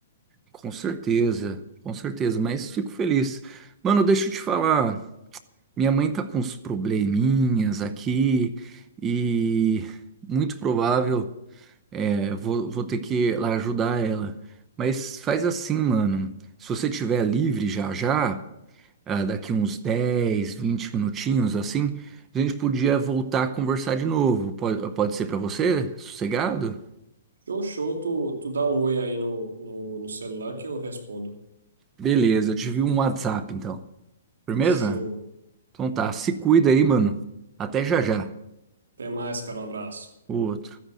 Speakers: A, on the right; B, on the right.
A: com certeza, com certeza. Mas fico feliz. Mano, deixa eu te falar. Minha mãe tá com uns probleminhas aqui e muito provável é, vou, vou ter que ir lá ajudar ela. Mas faz assim, mano. Se você tiver livre já já, ah, daqui uns 10, 20 minutinhos assim, a gente podia voltar a conversar de novo. Pode, pode ser pra você? Sossegado?
B: Show, show. Tu, tu dá um oi aí no, no, no celular que eu respondo.
A: Beleza, eu te vi um WhatsApp então. Firmeza?
B: Show.
A: Então tá, se cuida aí, mano. Até já já.
B: Até mais, cara. Um abraço.
A: O Outro.